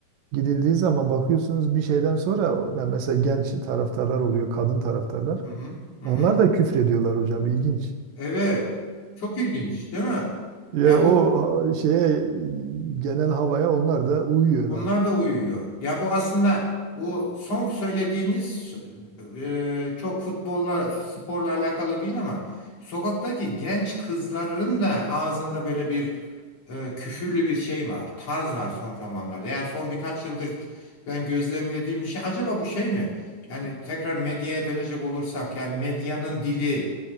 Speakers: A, on the right; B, on the left.
A: gidildiği zaman bakıyorsunuz bir şeyden sonra o- yani mesela genç taraftarlar oluyor, kadın taraftarlar.
B: Hı hı. Hı
A: Onlar
B: hı.
A: da küfrediyorlar hocam ilginç.
B: Evet. Çok ilginç, değil mi?
A: Yani
B: Ya
A: o
B: bu
A: ha, şeye genel havaya onlar da uyuyorlar.
B: Onlar da uyuyor. Yani bu aslında bu son söylediğiniz e, çok futbolla, sporla alakalı değil ama sokaktaki genç kızların da ağzında böyle bir e, küfürlü bir şey var. Tarz var son zamanlarda. Yani son birkaç yıldır ben gözlemlediğim bir şey. Acaba bu şey mi? Yani tekrar medyaya dönecek olursak yani medyanın dili,